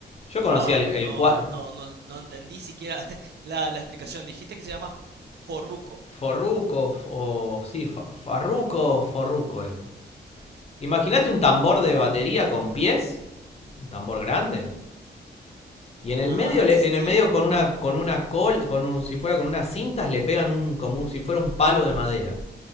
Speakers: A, on the left; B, on the right.
A: Yo
B: Wow,
A: conocía el, el
B: no,
A: cua-
B: no, no, no entendí siquiera <laughs> la, la explicación. Dijiste que se llama Forruco.
A: Forruco, o sí, fa- Farruco, Forruco era. Imagínate un tambor de batería con pies, un tambor grande. Y en
B: Ah,
A: el medio, en
B: sí,
A: el medio con una, con una col, con un- si fuera con unas cintas, le pegan un, como un- si fuera un palo de madera